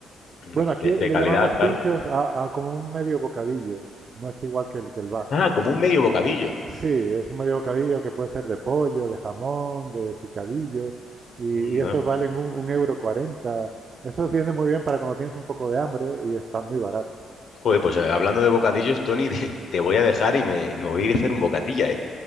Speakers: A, on the left; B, on the right.
A: mm,
B: bueno, aquí
A: de,
B: le
A: de calidad,
B: llamamos
A: tal.
B: pinchos a, a como un medio bocadillo. No es igual que el, que el vasco.
A: Ah, como un medio bocadillo.
B: Sí, es un medio bocadillo que puede ser de pollo, de jamón, de picadillo, y,
A: Anda.
B: y esos valen un, un euro cuarenta. Esos viene muy bien para cuando tienes un poco de hambre y están muy baratos.
A: Joder, pues eh, hablando de bocadillos, Tony, <laughs> te, te voy a dejar y me, me voy a ir a hacer un bocatilla, eh,